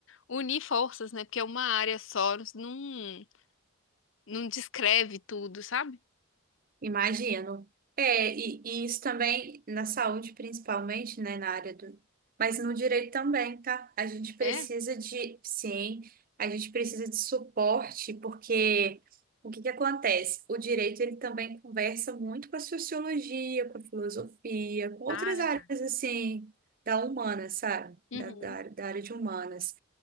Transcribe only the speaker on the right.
Imagino. É, e, e isso também na saúde, principalmente, né, na área do. Mas no direito também, tá? A gente precisa
de, sim, a gente precisa de suporte, porque o que que acontece? O direito, ele também conversa muito com a sociologia, com a filosofia, com outras
áreas, assim, da humana, sabe?
Da, da, área- da área de humanas.